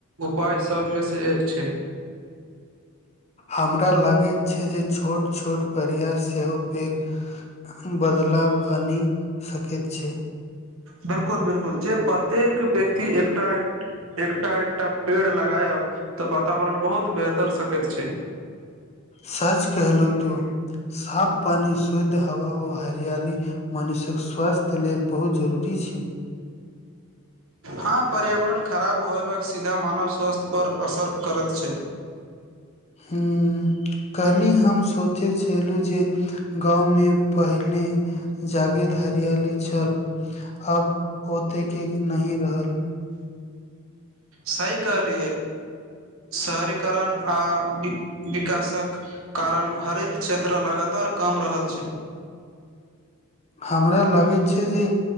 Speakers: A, on the right; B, on the left.
A: उपाय सभमेसँ एक छै
B: हमरा लागैत छै जे छोट-छोट प्रयास सेहो पैघ। बदलाव आनि सकैत छै
A: बिल्कुल बिल्कुल जे प्रत्येक व्यक्ति एकटा एकटा-एकटा पेड़ लगायब तऽ वातावरण बहुत बेहतर सकैत छै।
B: सच कहलूं तु साफ पानी शुद्ध हवा ओ हरियली मनुष्य्यक स्वास्थ्य लेल बहुत जरूरी छै।
A: हाँ पर्यावरण खराब होयबाक सीधा मानव स्वस्थ्य पर असर करैत छै
B: हूँ काल्हि हम सोचे छलू जे गाँवमे पहिने जागे हरियाली छल। अब होते के नहि रहल।
A: सही कहलियै शहरीकरण आ विक-विकासक। कारण हरित क्षेत्र लगातार कम रहल छै।
B: हमरा लागैत छै जे